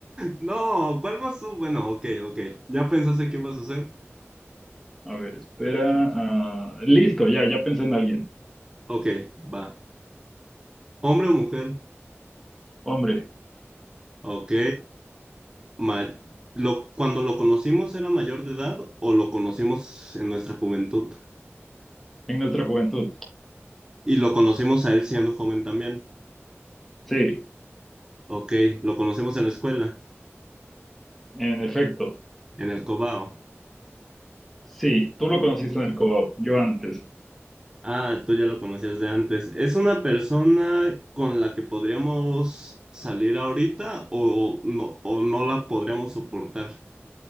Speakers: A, on the right (about 20°); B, in the centre.
A: No, ¿cuál vas tú? Bueno, ok, ok. ¿Ya pensaste qué vas a hacer?
B: A ver, espera. ah, listo, ya, ya pensé en alguien.
A: Ok, va. ¿Hombre o mujer?
B: Hombre,
A: Ok. Ma- lo, cuando lo conocimos era mayor de edad o lo conocimos en nuestra juventud?
B: en nuestra juventud.
A: Y lo conocimos a él siendo joven también.
B: Sí,
A: Ok, lo conocimos en la escuela,
B: en efecto.
A: en el Cobao.
B: Sí, tú lo conociste en el Cobao, yo antes.
A: Ah, tú ya lo conocías de antes. ¿Es una persona con la que podríamos salir ahorita o no, o no la podríamos soportar?